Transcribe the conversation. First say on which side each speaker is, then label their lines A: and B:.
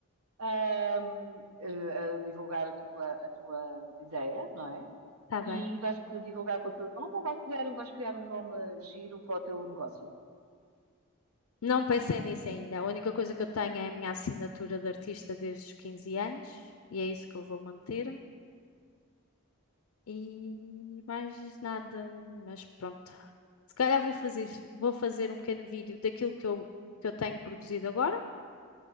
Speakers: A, on the right; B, on the left.
A: ahm, eh, a divulgar a tua, a tua ideia, não é?
B: está bem.
A: E vais-te divulgar com o teu nome ou vais criar, um- vais criar um nome giro para o teu negócio?
B: Não pensei nisso ainda. A única coisa que eu tenho é a minha assinatura de artista desde os 15 anos e é isso que eu vou manter. E mais nada, mas pronto. Se calhar vou fazer, vou fazer um pequeno vídeo daquilo que eu, que eu tenho produzido agora,